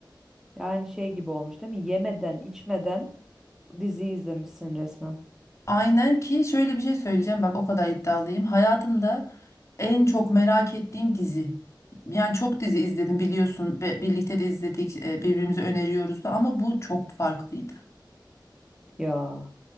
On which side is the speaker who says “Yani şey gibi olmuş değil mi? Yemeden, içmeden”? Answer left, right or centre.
Centre